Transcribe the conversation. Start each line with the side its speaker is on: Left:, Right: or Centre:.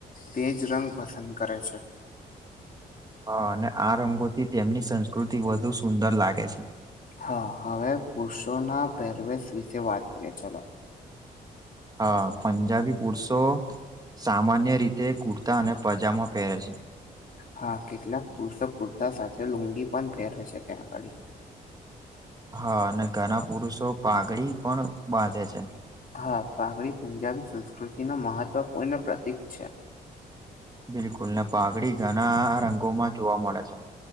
Left: તેજ રંગ પસંદ કરે છે.
Right: હા અને આ રંગોથી તેમની સંસ્કૃતિ વધુ સુંદર લાગે છે
Left: હા હવે પુરુષો ના પહેરવેશ વિશે વાત કરીએ ચલો.
Right: હા પંજાબી પુરુષો સામાન્ય રીતે કુર્તા અને પજામા પહેરે છે.
Left: હા કેટલાક પુરષક કુર્તા સાથે લુંગી પન પેરે છે ત્યાં આગાળી.
Right: હા અને ઘના પુરુષો પાઘડી પણ બાંધે છે.
Left: હા પાઘડી પંજાબી સંસ્કૃતિ ન મહત્વપૂર્ણ પ્રતિક છે.
Right: બિલકુલ ને પાઘડી ઘણા રંગોમાં જોવા મળે છે.